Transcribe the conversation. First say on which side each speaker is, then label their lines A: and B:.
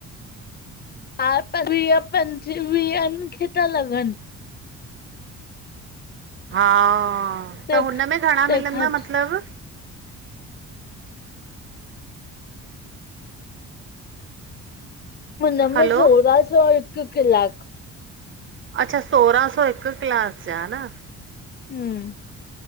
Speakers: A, on the left; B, on the right.
A: हा त वीह पंजवीहनि खे था लॻनि
B: हा
A: तंहिं
B: त हुनमें में घणा मिलंदा
A: तंहिंखां
B: मतलब?
A: हुनमें
B: हलो
A: सोरहां सौ हिक कलाक।
B: अच्छा सोरहां सौ हिकु क्लास जा न।
A: हम्म।